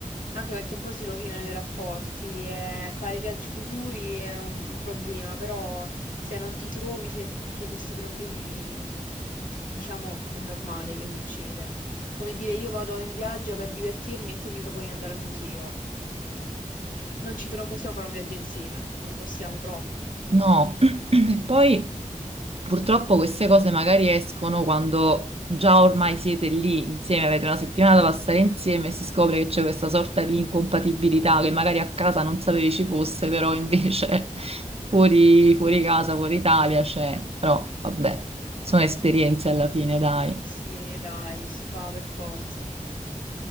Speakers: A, on the left; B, on the right.
A: Anche perché un po' si rovinano i rapporti e fare viaggi futuri è un problema, però se non ti trovi c'è c'è questi problemi, diciamo, è normale che succeda. Come dire, io vado in viaggio per divertirmi e tu mi proponi di andare al museo. Non ci tro- non possiamo fare un viaggio insieme, non possiamo proprio.
B: No, <clears throat> e poi purtroppo queste cose magari escono quando già ormai siete lì insieme, avete una settimana
A: Mm.
B: da passare insieme e si scopre che c'è questa sorta di incompatibilità che magari a casa non sapevi ci fosse, però invece <laughs> fuori, fuori casa, fuori Italia c'è. Però vabbè, sono esperienze alla fine, dai.
A: Sì, dai, si fa per forza.